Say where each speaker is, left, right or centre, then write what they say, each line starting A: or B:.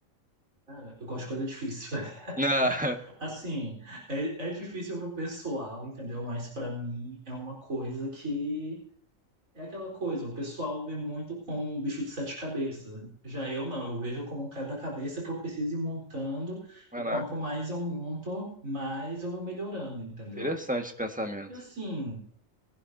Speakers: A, on the right; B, in the centre.
A: cara, eu gosto de coisa difícil. <laughs>
B: Na- <laughs>
A: Assim, é, é difícil pro pessoal, entendeu? Mas para mim é uma coisa que é aquela coisa, o pessoal vê muito como um bicho de sete cabeças. Já eu não, eu vejo como um quebra-cabeça que eu preciso ir montando,
B: Caraca,
A: e quanto mais eu monto, mais eu vou melhorando, entendeu?
B: interessante esse pensamento.
A: E assim,